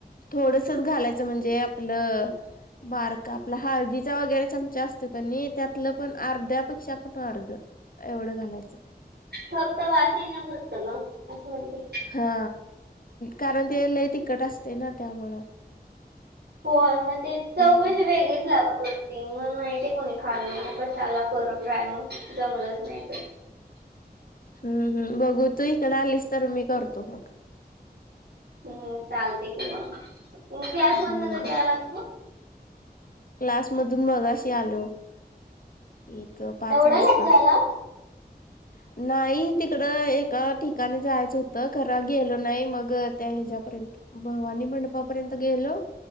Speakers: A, on the left; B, on the right.
A: थोडसच घालायचं म्हणजे आपलं, बारका आपला हळदीचा वगैरे चमचा असतो कानी त्यात त्यालं पण अर्ध्यापेक्षा पण अर्ध एवढं घालायचं.
B: फक्त वास ये ना पुरत ग असं म्हणते.
A: हा कारण ते लई तिकट असते ना त्यामुळं.
B: होय मग ते चव
A: हम्म
B: कशी वेगळीच लागत हो. ते मग नाही ते कोणी खाल्ल मग कशाला करू ट्राय मग जमलंच नाहीत.
A: हम्म हम् बघू तू इकडे आलीस तर मी करतो मग.
B: हम्म चालते कि मग क्लास
A: हम्म
B: मदन कधी आलात मग.
A: क्लास मधून मगाशी आलो एक पाच
B: एवढा
A: वाजता.
B: लेट झाला
A: <unintelligible> नाही तिकड एका ठिकाणी जायचं होतं खरां गेल नाही मग त्या हेच्यापर्यंत. भवानी मंडपापर्यंत गेलो